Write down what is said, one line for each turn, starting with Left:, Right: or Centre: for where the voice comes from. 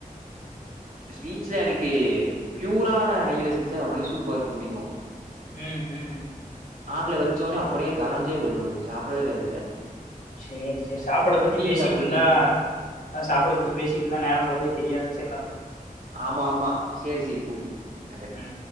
Right: ஸ்வீட்ஸ்ல எனக்கு பியூரான நெய்யில செஞ்ச மைசூர் பார்க் பிடிக்கு
Left: உம் உம்
Right: நாக்ல்ல வேச்சொன்னே அப்படியே கரைஞ்சே போயிரு அதை சாப்பிடவே தேவ இல்ல
Left: சேரி சேரி சாப்பாட்ட பத்தி பேசிட்டு
Right: சாப்ட்டுருக்கியா?
Left: இருந்தா அதா சாப்பாட்ட பத்தி பேசிட்டு இருந்தா நேரம் போறதே தெரியாது ச்ச
Right: ஆம்மாமா சேரி சேரி கூப்டு
Left: ம்,
Right: வெக்கற
Left: ம்.